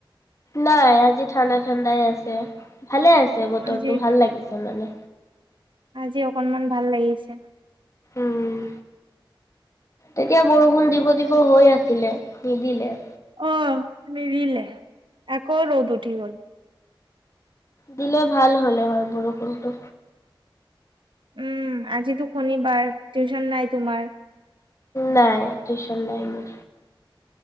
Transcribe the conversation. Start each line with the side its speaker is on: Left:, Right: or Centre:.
Left: নাই, আজি ঠাণ্ডা- ঠাণ্ডাই আছে। ভালে আছে বতৰটো,
Right: আজি
Left: ভাল লাগিছে। শোলা নে?
Right: আজি অকনমান ভাল লাগিছে।
Left: উম, তেতিয়া বৰষুণ দিব-দিব হৈ আছিলে, নিদিলে।
Right: অ নিদিলে, আকৌ ৰ'দ উঠি গ'ল।
Left: দিলে ভাল হ'লে হয় বৰষুণটো।
Right: উম, আজিতো শনিবাৰ টিউচন নাই তোমাৰ?
Left: নাই, টিউচন নাই মোৰ।